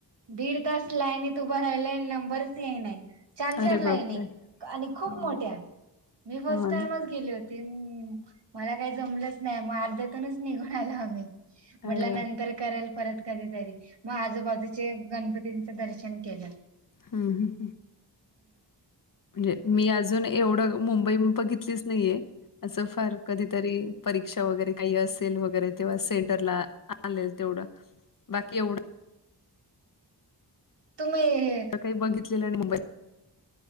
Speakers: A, on the right (about 70°); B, on the left (about 50°).
A: दीड तास लाईनीत उभं राहिलय नंबरच येईनाय चार, चार
B: अरे बापरे!
A: लाईन आहे आणि खूप
B: हो,
A: मोठ्या मी फर्स्ट
B: हो
A: टाइमच
B: ना.
A: गेले होते ते मला काही जमलंच नाही मग अर्ध्यातूनच निघून आलो आम्ही
B: अरे
A: म्हटल
B: बाप!
A: नंतर करेल परत कधीतरी मग आजूबाजूचे गणपतीचे दर्शन केलाय
B: ह, ह म्हणजे मी अजून एवढं मुंबई मी बघितलीच नाहीये असं फार कधी तरी परीक्षा वगैरे काही असेल वगैरे तेव्हा सेंटरला आलेल तेवढं बाकी एवढ
A: तुम्ही हे
B: हे बघितलेलं आणि मुंबई